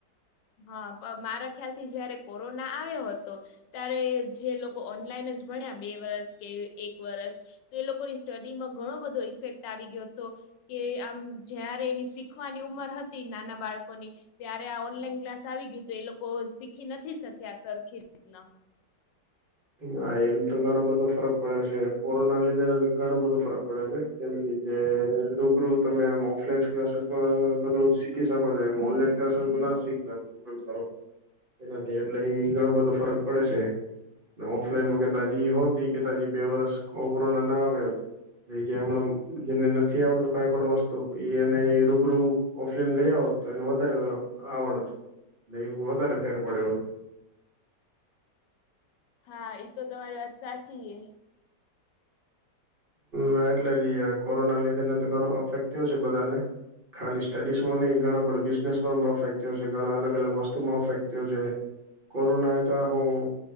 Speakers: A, on the left; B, on the right.
A: હા મારા ખ્યાલ થી જયારે કોરોના આવ્યો હતો. ત્યારે જે લોકો ઓનલાઈન જ ભણ્યા બે વરસ કે એક વરસ તો એ લોકોની સ્ટડીમાં ઘણો બધો ઇફેક્ટ આવી ગયો હતો કે આમ જયારે એની શીખવાની ઉંમર હતી નાના બાળકોની ત્યારે આ ઓનલાઈન ક્લાસ આવી ગયું તો એ લોકો શીખી નથી શક્યા સરખી રીતના
B: હા એમ તો ઘણો બધો ફરક પડ્યો છે કોરોના લીધે ઘણો બધો ફરક પડ્યો છે. કેમ કે જે રૂબરૂ તમે આમ ઓફલાઈન ક્લાસીસમાં બધુંી શીખ શકો છો એન્લા ના શીખો <unintelligible> એનાથી એટલેઈ ઘણો બધો ફરક પડે છે ઓફલાઈન તાજી હોતી કે તા બે વરસ કોરોના ના આવે એ જે હમણાં જેને નથી આવડતું કઈ પણ વસ્તુ એ એ રૂબરૂ ઓફલાઈન ગયા હોત તો એને વધારે આવડ એ વધારે ફેર પડ્યો હોત.
A: હા એ તો તમારી વાત સાચી હ
B: હા એટલે જ યાર કોરોના લીધે ને તો ઘણો અફેક્ટ થયો છે બધાને ખાલી સ્ટડીઝમાં નહી ઘણા બધા બિઝનેસમાં અફેક્ટ થયો છે ઘણા અલ અલગ વસ્તુમાં અફેક્ટ થયો છે કોરોનાએ તો આખું